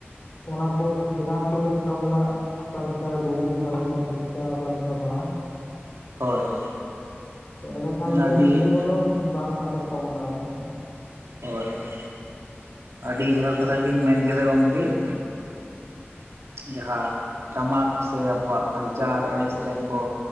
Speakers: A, on the left; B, on the right.
A: ᱚᱱᱟ ᱠᱚ ᱥᱮᱬᱟ ᱠᱚ ᱦᱩᱭᱩᱜ ᱛᱟᱵᱚᱱᱟ ᱚᱠᱟ ᱞᱮᱠᱟ ᱨᱩ ᱚᱠᱟ ᱞᱮᱠᱟ ᱪᱮᱜ? ᱠᱟ ᱚᱠᱟ ᱞᱮᱠᱟ ᱵᱟᱝ ᱾
B: ᱦᱳᱭ ᱦᱳᱭ᱾
A: ᱛᱚ ᱮᱸᱰᱮ ᱠᱷᱟᱱ ᱜᱮ
B: ᱟᱹᱰᱤ
A: ᱱᱤᱭᱟᱹ ᱠᱩ ᱫᱚ ᱵᱟᱝ ᱟᱫᱚᱜ ᱛᱟᱵᱚᱱᱟ ᱟᱨᱠᱤ ᱾
B: ᱦᱚᱭ ᱦᱚᱭ ᱟᱰᱤ ᱡᱚᱛᱷᱟᱛ ᱠᱟᱛᱷᱟ ᱵᱤᱱ ᱢᱮᱱ ᱠᱮᱫᱟ ᱜᱚᱝᱠᱮ ᱾ ᱡᱟᱦᱟᱸ ᱴᱟᱢᱟᱠ ᱥᱮ ᱟᱵᱚᱣᱟᱜ ᱠᱟᱞᱪᱟᱨ ᱮᱱᱮᱡ ᱥᱮᱨᱮᱧ ᱠᱚ